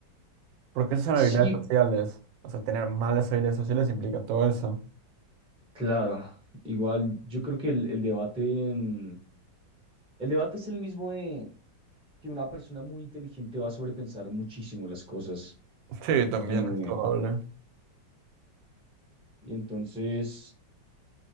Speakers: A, on the right; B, in the centre.
A: porque esas son
B: sí,
A: habilidades sociales. O sea, tener malas habilidades sociales implica todo eso.
B: claro. Igual yo creo que el, el debate, mm, el debate es el mismo de que una persona muy inteligente va a sobrepensar muchísimo las cosas.
A: Sí, también
B: eh,
A: es probable.
B: y entonces,